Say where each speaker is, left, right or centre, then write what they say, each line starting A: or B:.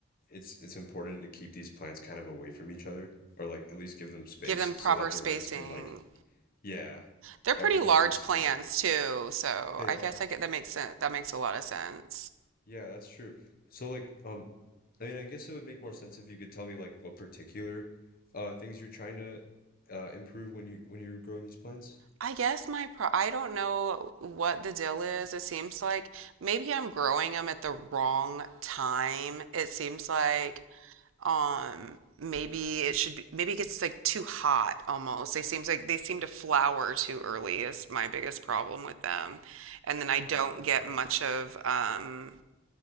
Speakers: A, on the left (about 45°); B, on the right (about 80°).
A: it's it's important to keep these plants kind of away from each other or like at least give them space
B: Give them proper
A: so that their
B: spacing.
A: roots can like yeah,
B: They're pretty
A: that way their
B: large
A: roots
B: plans
A: can like
B: too, so
A: they
B: I
A: are.
B: guess I get that makes sense. That makes a lot of sense.
A: Yeah, that's true. So like um I mean I guess it would make more sense if you could tell me like what particular uh things you're trying to uh improve when you when you're growing these plants.
B: I guess my pro I don't know what the deal is. It seems like maybe I'm growing them at the wrong time. It seems like um maybe it should be maybe it gets like too hot almost. They seems like they seem to flower too early is my biggest problem with them. And then I don't
A: Oh,
B: get
A: okay.
B: much of um